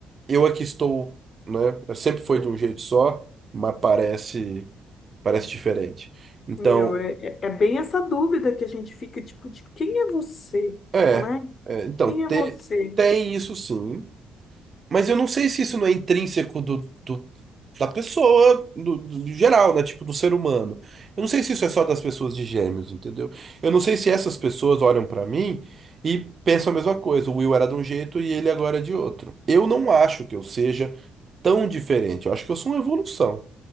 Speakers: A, on the right (about 30°); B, on the left (about 35°).
A: eu aqui estou, né? Sempre foi de um jeito só, mas parece. Parece diferente. Então,
B: Meu, é, é é bem essa dúvida que a gente fica, tipo, de quem é você,
A: é,
B: né?
A: é, então,
B: Quem é
A: te-
B: você?
A: tem isso sim, mas eu não sei se isso não é intrínseco do, do- da pessoa, do, do geral, né? Tipo, do ser humano. Eu não sei se isso é só das pessoas de gêmeos, entendeu? Eu não sei se essas pessoas olham pra mim e pensam a mesma coisa. O Will era de um jeito e ele agora é de outro. Eu não acho que eu seja tão diferente. Eu acho que eu sou uma evolução.